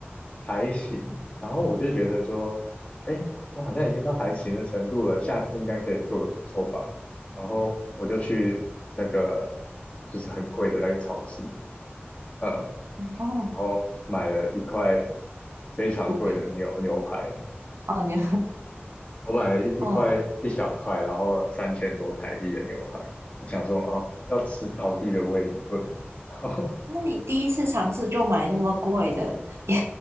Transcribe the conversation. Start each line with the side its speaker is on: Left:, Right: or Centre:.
Left: 还行，然后我就觉得说，哎，我好像已经到还行的程度了，下次应该可以做得不错吧。然后我就去那个就是很贵的那个超市，呃，然
Right: 哦，
Left: 后买了一块非常贵的牛牛排，
Right: 毒品。哦，你
Left: 我买了一一块一小块，
Right: <laughs> 哦，
Left: 然后三千多台币的牛排，我想说哦，要吃道地的威灵顿，<laughs> 然后
Right: 那你第一次尝试就买那么贵的，也